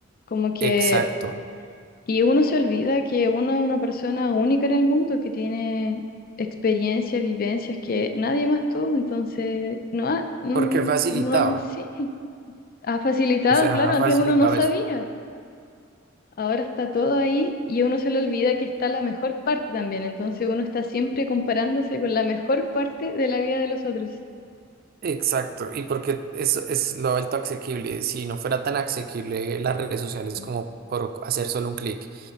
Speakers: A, on the left (about 50°); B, on the right (about 50°).
A: Como que,
B: Exacto.
A: y uno se olvida que uno es una persona única en el mundo que tiene experiencias, vivencias que nadie más tuvo, entonces, no, ha- mm,
B: Porque ha facilitado.
A: no, sí, ha facilitado,
B: O sea,
A: claro,
B: ha facilitado
A: antes uno no sabía,
B: eso.
A: ahora está todo ahí y uno se le olvida que está la mejor parte también, entonces uno está siempre comparándose con la mejor parte de la vida de los otros.
B: Exacto, y porque eso es lo alto asequible. Si no fuera tan asequible las redes sociales
A: Sí,
B: como por hacer solo un clic